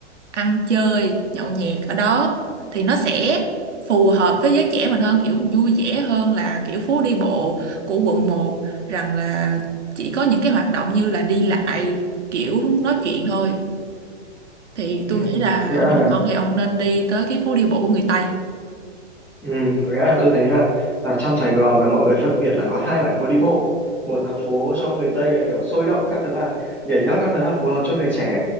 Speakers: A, on the right; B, in the centre.
A: ăn chơi nhậu nhẹt ở đó thì nó sẽ phù hợp với giới trẻ mình hơn kiểu vui vẻ hơn là kiểu phố đi bộ của quận một rằng là chỉ có những cái hoạt động như là đi lại kiểu nói chuyện thôi thì
B: Ừ.
A: tôi nghĩ là
B: có nghĩa là
A: nếu mà ông thì ông nên đi tới cái phố đi bộ của người Tây
B: Ừ, có nghĩa là tôi thấy là, là trong Sài Gòn là mọi người phân biệt là có hai loại phố đi bộ một là phố cho người Tây là kiểu sôi động các thứ là nhảy nhót các thứ là phù hợp cho người trẻ